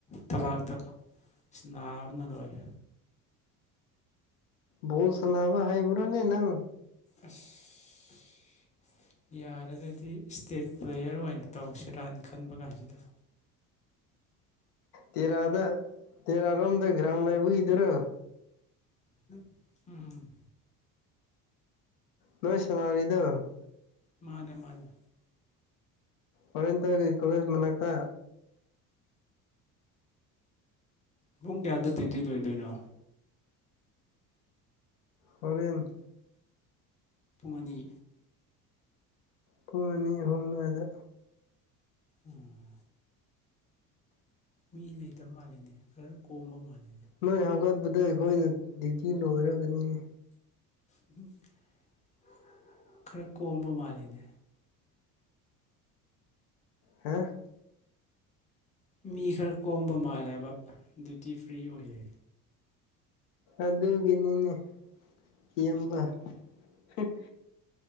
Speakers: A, on the left (about 15°); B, on the left (about 80°).
A: ꯊꯕꯥꯛꯇ ꯑꯁ ꯅꯥꯕꯅ ꯂꯣꯏꯔꯦ꯫
B: ꯕꯣꯜ ꯁꯟꯅꯥꯕ ꯍꯩꯕ꯭ꯔꯣꯅꯦ ꯅꯪ
A: ꯑꯁꯁ ꯌꯥꯔꯒꯗꯤ ꯏꯁ꯭ꯇꯦꯠ ꯄ꯭ꯂꯦꯌꯔ ꯑꯣꯏꯅ ꯇꯧꯁꯤꯔꯅ ꯈꯟꯕ ꯀꯥꯟꯁꯤꯗ꯫
B: ꯇꯦꯔꯥꯗ ꯇꯦꯔꯥꯔꯣꯝꯗ ꯒ꯭ꯔꯥꯎꯟ ꯂꯕꯒꯤꯗꯨꯔꯣ
A: <unintelligible> ꯎꯝꯝ
B: ꯅꯣꯏ ꯁꯟꯅꯥꯔꯤꯗꯣ
A: ꯃꯥꯅꯦ ꯃꯥꯅꯦ꯫
B: ꯑꯣꯔꯦꯟꯇꯦꯜꯒꯤ ꯀꯣꯂꯦꯁ ꯃꯅꯥꯛꯇ
A: ꯄꯨꯡ ꯀ꯭ꯌꯥꯗ ꯗ꯭ꯌꯨꯇꯤ ꯂꯣꯏꯗꯣꯏꯅꯣ
B: ꯍꯣꯔꯦꯟ꯫
A: ꯄꯨꯡ ꯑꯅꯤ꯫
B: ꯄꯨꯡ ꯑꯅꯤ ꯑꯍꯨꯝ ꯑꯗꯨꯋꯥꯏꯗ꯫
A: ꯎꯝ꯫ ꯃꯤ ꯂꯩꯇꯕ ꯃꯥꯜꯂꯤꯅꯦ ꯈ꯭ꯔ ꯀꯣꯝꯕ ꯃꯥꯜꯂꯤꯅꯦ꯫
B: ꯅꯣꯏ ꯍꯧꯒꯠꯄꯗ ꯑꯩꯈꯣꯏꯅ ꯗ꯭ꯌꯨꯇꯤ ꯂꯣꯏꯔꯒꯅꯤꯅꯦ
A: <unintelligible> ꯈꯔ ꯀꯣꯝꯕ ꯃꯥꯜꯂꯤꯅꯦ
B: ꯍꯥ
A: ꯃꯤ ꯈꯔꯥ ꯀꯣꯝꯕ ꯃꯥꯜꯂꯦꯕ ꯗ꯭ꯌꯨꯇꯤ ꯐ꯭ꯔꯤ ꯑꯣꯏꯌꯦ
B: ꯑꯗꯨꯒꯤꯅꯤꯅꯦ ꯏꯌꯝꯕ <unintelligible>